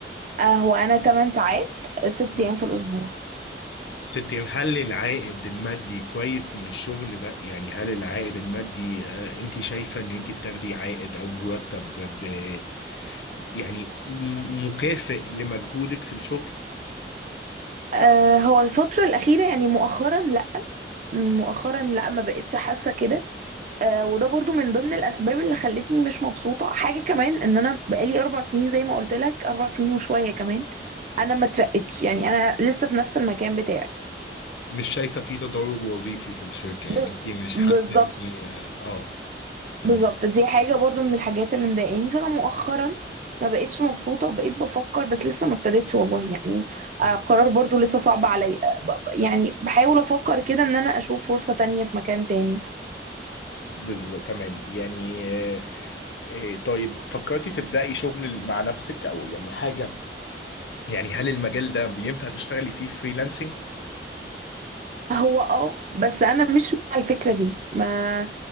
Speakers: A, on the right; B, on the left.
A: آه هو أنا تمن ساعات ست
B: مم.
A: أيام في الأسبوع
B: ست أيام هل العائد المادي كويس من الشغل ده؟ يعني هل العائد المادي آه أنتي شايفة إن أنتي بتاخدي عائد أو مرتب ب... ب- يعني م- مكافئ لمجهودك في الشغل؟
A: آه، هو الفترة الأخيرة يعني مؤخرا لا مؤخرا لا ما بقتش حاسة كده آه، وده برضو من ضمن الأسباب اللي خلتني مش مبسوطة حاجة كمان إن أنا بقالي أربع سنين زي ما قلت لك أربع سنين وشوية كمان أنا ما اترقتش يعني أنا لسه في نفس المكان بتاعي
B: مش شايفة فيه تدرج وظيفي في الشركة يعني
A: بز-
B: أنتي مش
A: بالظبط
B: حاسة إن آه آه. تمام
A: بالظبط دي حاجة برضو من الحاجات اللي مضايقاني فأنا مؤخرا ما بقتش مبسوطة وبقيت بفكر بس لسه ما ابتديتش والله يعني
B: مم.
A: آه، قرار برضو لسه صعب عليا يعني بحاول أفكر كده إن أنا أشوف فرصة تانية في مكان تاني
B: بالظبط تمام يعني آه، آه، طيب فكرتي تبدأي شغل مع نفسك او يعني حاجة يعني هل المجال ده ينفع تشتغلي فيه فريلانسنج
A: هو اه بس انا مش مع الفكره دي ما